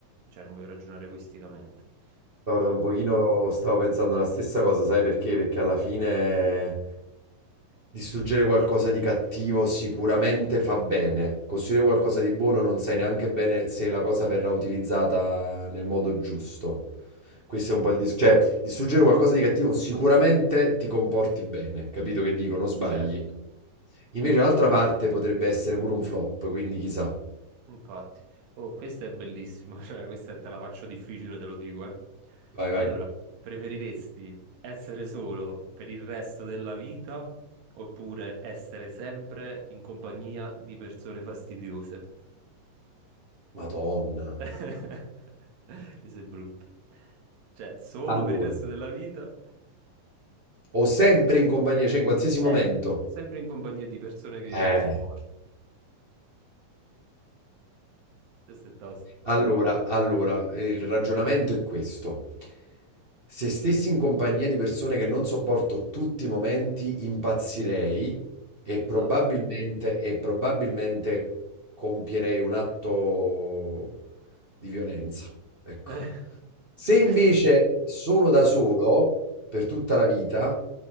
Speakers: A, on the right; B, on the right.
A: Cioè, non voglio ragionare egoisticamente.
B: Guarda,
A: Tu?
B: un pochino stavo pensando la stessa cosa, sai perché? Perché alla fine distruggere qualcosa di cattivo sicuramente fa bene. Costruire qualcosa di buono non sai neanche bene se la cosa verrà utilizzata nel modo giusto. Questo è un po' il discorso. Cioè, distruggere qualcosa di cattivo sicuramente ti comporti bene, capito che dico? Non sbagli.
A: Certo,
B: Invece l'altra parte potrebbe essere pure un flop, quindi chissà.
A: infatti. Oh, questa è bellissima, <laughs> cioè, questa te la faccio difficile, te lo dico, eh.
B: Vai,
A: Allora,
B: vai.
A: preferiresti essere solo per il resto della vita oppure essere sempre in compagnia di persone fastidiose?
B: Madonna.
A: <laughs> Questo è brutto. Cioè, solo
B: Allora.
A: per il resto della vita
B: Ho sempre in compagnia, cioè in qualsiasi
A: è
B: momento.
A: sempre in compagnia di persone che
B: Eh,
A: non sopporti. Questo è tosto.
B: Allora, allora, eh, il ragionamento è questo. Se stessi in compagnia di persone che non sopporto tutti i momenti, impazzirei e probabilmente,
A: Esatto.
B: e probabilmente compierei un atto di violenza. Ecco.
A: <laughs> Eh,
B: Se
A: su,
B: invece
A: su-
B: sono da solo per tutta la vita,